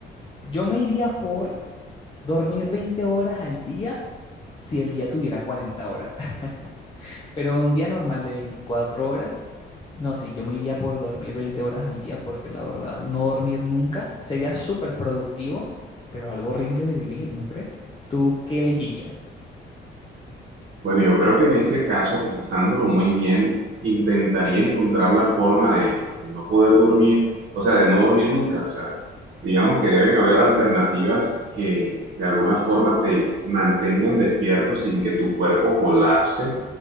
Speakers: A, on the left (about 25°); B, on the right (about 60°).
A: Yo me iría por Dormir 20 horas al día si el día tuviera 40 horas, <laughs> pero un día normal de 24 horas, no, sí, yo me iría por dormir 20 horas al día porque la verdad, no dormir nunca sería súper productivo, pero algo horrible de vivir, ¿no crees? ¿Tú qué elegirías?
B: Bueno, yo creo que en ese caso, pensándolo muy bien, intentaría encontrar la forma de, de no poder dormir, o sea, de no dormir nunca. O sea, digamos que deben haber alternativas que de alguna forma te mantengan despierto sin que tu cuerpo colapse,